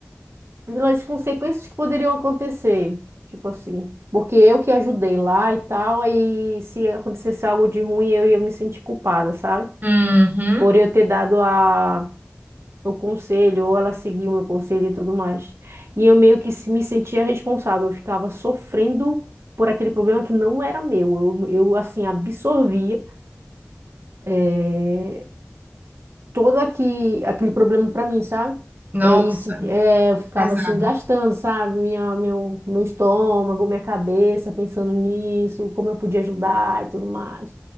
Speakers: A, on the right (about 75°); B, on the right (about 40°).
A: pelas consequências que poderiam acontecer. Tipo assim, porque eu que ajudei lá e tal, aí se acontecesse algo de ruim, eu ia me sentir culpada, sabe?
B: Uhum.
A: por eu ter dado a, o conselho, ou ela seguiu o meu conselho e tudo mais. E eu meio que se- me sentia responsável, eu ficava sofrendo por aquele problema que não era meu. Eu, eu assim, absorvia, eh, todo aqui, aquele problema pra mim, sabe?
B: Nossa,
A: E aí ti- é, eu ficava
B: pesado.
A: assim, gastando, sabe? Minha, meu, meu estômago, minha cabeça, pensando nisso, como eu podia ajudar e tudo mais.